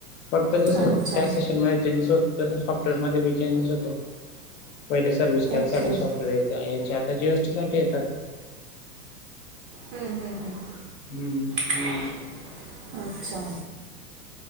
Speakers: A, on the left; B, on the right.
A: फक्त जस
B: अच्छा
A: टॅक्सेशन मध्ये चेंजेस होत तस सॉफ्टवेअर मध्ये बी चेंजेस होतय. पहिले सर्व्हिस
B: ओके
A: टॅक्स साठी
B: हम्म
A: सॉफ्टवेअर यायचे आता जीएसटी साठी येतात.
B: हम्म हम्म हम्.
A: हम्म.
B: <inaudible> अच्छा!